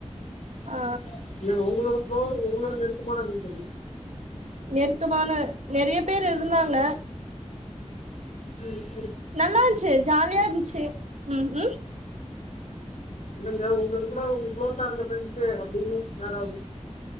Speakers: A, on the left; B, on the right.
A: <unintelligible>
B: ஆ
A: உங்களோட சோ உங்களோட நெருக்கமான நண்பர்கள்
B: நெருக்கமான நெறைய பேர் இருந்தாங்க
A: உம்
B: நல்லா இருந்த்ச்சு ஜாலியா இருந்த்ச்சு உம் உம்
A: இல்லங்க உங்க கூட அவுங்க குளோஸா இருந்த ஃப்ரெண்ட்ஸூ அப்டின்னு யாராவ்து